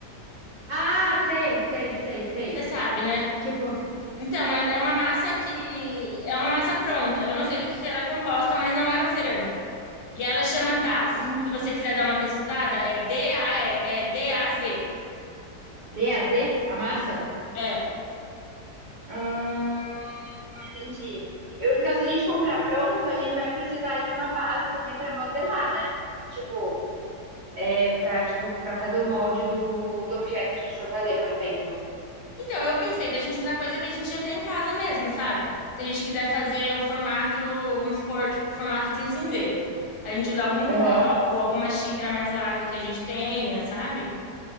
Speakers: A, on the right (about 60°); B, on the left (about 65°).
A: Ah, sei, sei, sei, sei.
B: Você sabe, né?
A: Tipo,
B: Então, é é uma massa que é uma massa pronta. Eu não sei do que que ela é composta, mas não é uma cerâmica. E ela chama DAZ.
A: hum,
B: Se você quiser dar uma pesquisada, é D-A-E, é D-A-Z.
A: D a Z, a
B: Isso.
A: massa?
B: É.
A: Hum, entendi. Eu, então, se a gente comprar pronto, a gente vai precisar de uma base também pra modelar, né? Tipo, É pra, tipo, pra fazer o molde do, do objeto que a gente for fazer, por exemplo.
B: Então, eu pensei da gente usar coisa que a gente já tem em casa mesmo, sabe? Se a gente quiser fazer um formato, vamos supor, tipo, o formato de um cinzeiro. A gente usar algum
A: Aham.
B: copo, alguma xícara mais larga que a gente tenha, sabe?